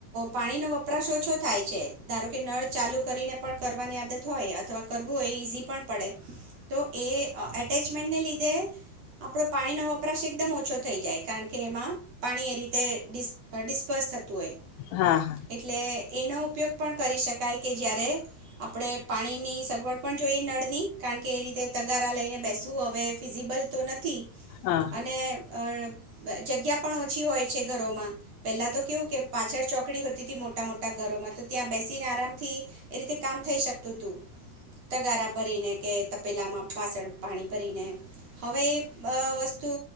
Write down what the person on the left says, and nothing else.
હા હા
હા